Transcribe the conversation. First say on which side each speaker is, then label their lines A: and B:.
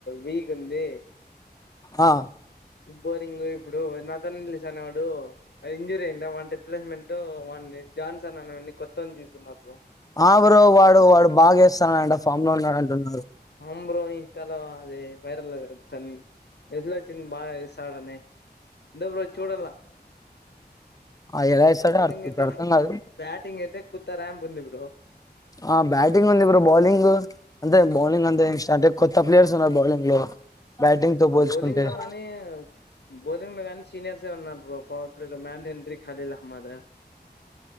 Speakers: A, on the left; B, on the left.
A: వీక్ ఉంది
B: ఆ
A: బోరింగ్ ఇప్పుడు వెన్నాథ్ అతను లీసనే వాడు ఇంజూరీ అయిండ వానీ రిప్లేస్మెంట్ వాని జాన్సన్ అనోని కొత్తని తీసుకున్నారు బ్రో
B: ఆ బ్రో వాడు వాడు బాగా చేస్తననంట ఫామ్ లో ఉన్నాడు అంటున్నారు
A: అం బ్రోయి తెలో అది వైరల్ తను ఎట్లా వచ్చింది బాగా ఇస్తాడని ఎంత బ్రో చూడాల
B: ఆ ఎలా వేస్తాడో
A: బౌలింగ్
B: అర్థం- ఇప్పుడు
A: అయితే
B: అర్థం కాదు
A: బ్యాటింగ్ అయితే కుత్తర్యాంప్ ఉంది బ్రో బ్రో
B: ఆ బ్యాటింగ్ ఉంది బ్రో బౌలింగ్ అంతే బౌలింగ్ అంతే ఏ స్టార్ట్ కొత్త ప్లేయర్స్ ఉన్నారు బౌలింగ్ లో బ్యాటింగ్ తో పోల్చుకుంటే
A: బౌలింగ్ లో కానీ బౌలింగ్ లో కానీ సినియర్స్ ఏ ఉన్నారు ఓ పవర్ ప్లే లో మ్యాన్ ఎంట్రీక్స్ అదెలా అమ్మద